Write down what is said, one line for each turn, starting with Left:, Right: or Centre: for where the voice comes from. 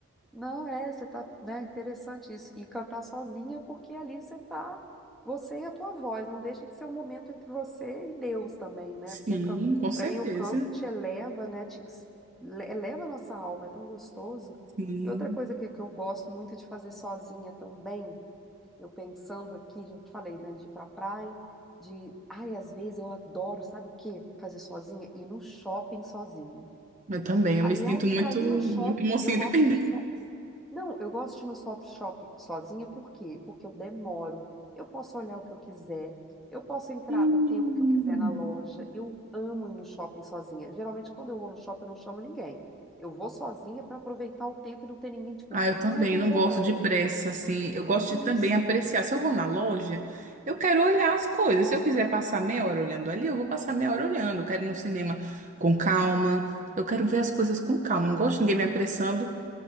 Centre: não é, você tá, né, interessante isso. E cantar sozinha, porque ali você tá, você e a tua voz, não deixa de ser um momento entre você e Deus também, né?
Right: Sim,
Centre: Porque
Right: com certeza.
Centre: para mim o canto te eleva, né, te ins- le- eleva a nossa alma, é tão gostoso.
Right: Sim.
Centre: E outra coisa que, que eu gosto muito de fazer sozinha também, eu pensando aqui, já te falei, né, de ir pra praia, de, ai, às vezes eu adoro, sabe o quê? Fazer sozinha, ir no shopping sozinha.
Right: Eu também, eu
Centre: Aliás,
Right: me sinto muito,
Centre: para ir no shopping,
Right: muito mocinha
Centre: eu gosto
Right: independente.
Centre: de só. Não, eu gosto de ir no shop shopping sozinha, por quê? Porque eu demoro, eu posso olhar o que eu quiser, eu posso entrar
Right: Hum.
Centre: o tempo que eu quiser na loja. Eu amo ir no shopping sozinha. Geralmente, quando eu vou no shopping, eu não chamo ninguém. Eu vou sozinha para aproveitar o tempo e não ter ninguém, tipo,
Right: Ah, eu também
Centre: ai, vambora.
Right: não gosto de pressa, assim. Eu gosto de também
Centre: Isso.
Right: apreciar. Se eu vou na loja, eu quero olhar as coisas. Se eu quiser passar meia hora olhando ali, eu vou passar meia hora olhando. Eu quero ir no cinema com calma. Eu quero ver as coisas com calma. Não gosto de ninguém me apressando.